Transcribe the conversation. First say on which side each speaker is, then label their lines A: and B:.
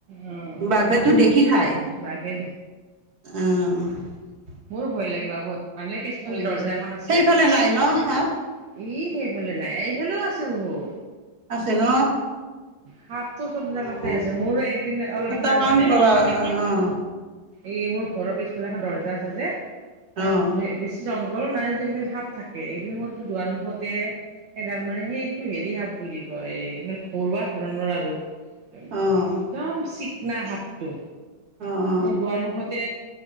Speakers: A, on the right; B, on the right.
A: উম,
B: বাঘেটো দেখি খায়
A: বাঘে
B: অঁ। <inaudible>
A: মোৰ ভয় লাগে, মানে পিছফালে
B: ভাল লাগে
A: দৰ্জা এখন আছে
B: সেইফালে নাই
A: ই
B: ন সাপ
A: সেইফালে নাই, এইফালেও আছো বহু
B: আছে ন
A: সাপটো চব
B: অঁ
A: জাগাতে আছে, মোৰো এদিন অলপ
B: এটা
A: দিন আগতে
B: কাম কৰবা অঁ
A: এই মোৰ ঘৰৰ পিছফালে এখন দৰ্জা আছে যে তাত
B: অঁ
A: বে বেছি জংঘল <unintelligible> সাপ থাকে, একদিন মোৰতো দুৱাৰ মুখতে এডাল মানে সেইটো হেৰি সাপ বুলি কয়, মানে ঘৰুৱা ধৰণৰ আৰু।
B: অঁ
A: একদম শিক না সাপটো।
B: অঁ
A: মোৰ দুৱাৰ মুখতে